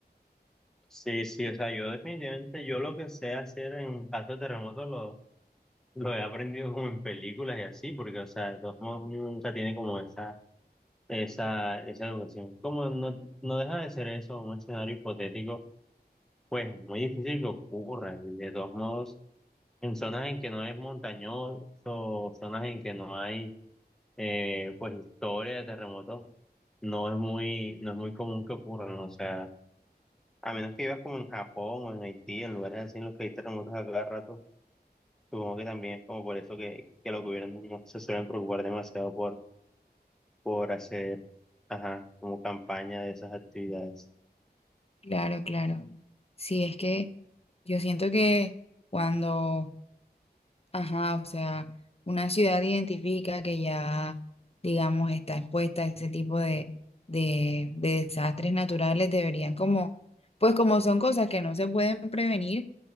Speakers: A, in the centre; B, on the left.
A: Sí, sí, o sea, yo definitivamente, yo lo que sé hacer en caso de terremoto lo, lo he aprendido como en películas y así, porque, o sea, de todos modos uno nunca tiene como esa, esa, esa educación. Como no, no deja de ser eso, un escenario hipotético Pues muy difícil que ocurra, y de todos modos, en zonas en que no es montañoso, zonas en que no hay eh, pues historia de terremotos, no es muy, no es muy común que ocurran, o sea, a menos que vivas como en Japón o en Haití, en lugares así en los que hay terremotos a cada rato, supongo que también es como por eso que, que los gobiernos no se suelen preocupar demasiado por, por hacer, ajá, como campaña de esas actividades.
B: Claro, claro. Sí, es que yo siento que cuando Ajá, o sea, una ciudad identifica que ya, digamos, está expuesta a ese tipo de, de, de desastres naturales, deberían como, pues como son cosas que no se pueden prevenir,